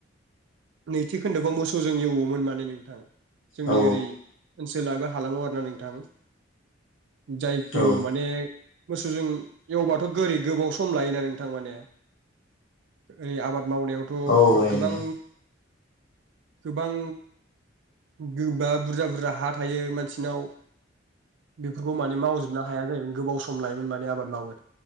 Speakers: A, on the right; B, on the left.
A: नैथि खोन्दोबआव मोसौजों एवोमोन माने नोंथां। जोंनि
B: औ
A: ओरै ओनसो सोल आरो हालामाव आरोना नोंथां जायखौ
B: औ
A: माने मोसौजों एवबाथ' गोरै ओरै गोबाव सम लायोना नोंथां माने ओरै आबाद मावनायावथ'
B: औ लायनो
A: गोबां गोबां गोबा बुरजा बुरजा हा थायो मानसिनाव बेफ <unintelligible> खौ माने मावजोबनो हाया जायोमोन गोबाव सम लायोमोन माने आबाद मावनो